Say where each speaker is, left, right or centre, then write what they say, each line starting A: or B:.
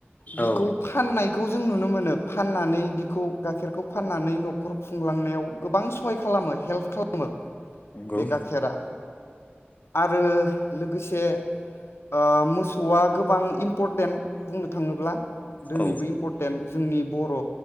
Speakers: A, on the left; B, on the left.
A: बिखौ
B: औ
A: फाननायखौ जों नुनो मोनो फाननानै बिखौ गाइखेरखौ फाननानै न'खर खुंलांनायाव गोबां सहाय खालामो हेल्प खालामो <unintelligible>
B: नंगौ
A: बे
B: नंगौ
A: गाखेरा आरो लोगोसे ओ मोसौआ गोबां इम्परटेन्ट बुंनो थाङोब्ला दिनैबो
B: औ
A: इम्परटेन्ट जोंनि बर'